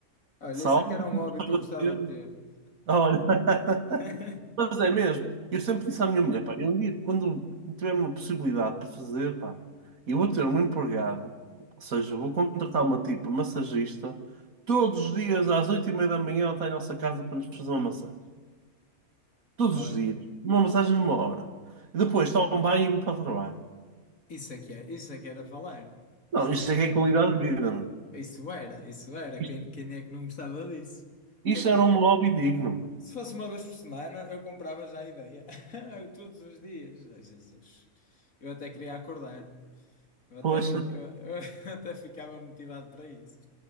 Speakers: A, on the left; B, on the right.
A: Olha,
B: Salve,
A: isso é que era um
B: <laughs>
A: hobby que eu gostava de ter.
B: olha. <laughs>
A: <laughs>
B: Mas é mesmo. Eu sempre disse à minha mulher, pá, eu um dia, quando tiver uma possibilidade para fazer, pá, eu vou ter uma empregada, ou seja, vou contratar uma tipo massagista, todos os dias às oito e meia da manhã ela está em nossa casa para nos fazer uma massagem. Todos
A: Olha,
B: os dias. Uma massagem de uma hora. E depois tomo um banho e vou para o trabalho.
A: isso é que era, isso é que era falar.
B: Não,
A: Sim,
B: isto
A: senhor.
B: é que é qualidade de vida, não? é?
A: Isso era, isso era. Quem,
B: Isto,
A: quem é que não gostava disso?
B: isto
A: Quem me dá?
B: era um hobby digno.
A: Se fosse uma vez por semana, eu comprava já a ideia. <laughs> Todos os dias. Ai, Jesus. Eu até queria acordar. Eu até,
B: Pois,
A: fico, eu, eu <laughs> até ficava motivado para isso.